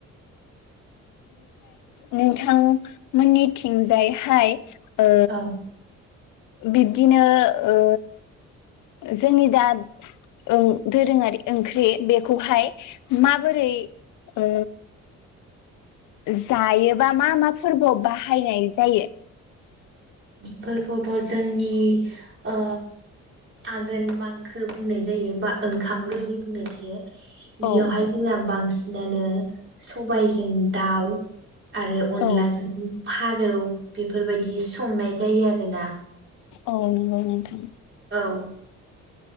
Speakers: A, on the left; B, on the right.
A: नोंथांमोननि थिंजायहाय ओ
B: औ
A: बिब्दिनो ओ जोंनि दा ओ दोरोङारि ओंख्रि बेखौहाय माबोरै ओ जायोबा मा मा फोरबोआव बाहायनाय जायो?
B: बिफोरखौथ' जोंनि ओ आघोन मांखो बुंनाय जायो बा ओंखाम गोरलै बुंनाय जायो। बियावहाय
A: औ
B: जोंना बांसि नानो सबायजों दाउ आरो अनलाजों
A: औ
B: फारौ बे बेफोरबायदि संनाय जायो आरोना
A: औ नंगौ नोंथां
B: औ